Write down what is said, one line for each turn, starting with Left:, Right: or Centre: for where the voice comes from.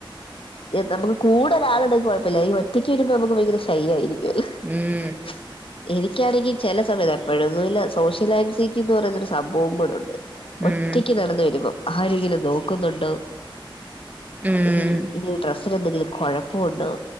Left: നമുക്ക് കൂടെ ഒരാള്ണ്ടെങ്കി കുഴപ്പല്ല്യ ഈ ഒറ്റയ്ക്ക് വരുമ്പോ നമുക്ക് ഭയങ്കര ശൈയ്യായിരിക്കൊല്ലോ.
Right: മ്.
Left: <inaudible> എനിക്കാണെങ്കി ചെല സമയത്ത് എപ്പോഴൊന്നുല്ല സോഷ്യലാൻസൈറ്റി എന്ന് പറയുന്നൊരു സംഭവം കൂടെ ഉണ്ട്.
Right: ഉം.
Left: ഒറ്റക്ക് നടന്ന് വരുമ്പോം ആരെങ്കിലും നോക്കുന്നുണ്ടോ
Right: ഉം.
Left: ഇ ഈ ഡ്രസ്സിനെന്തെങ്കിലും കൊഴപ്പ ഉണ്ടോ.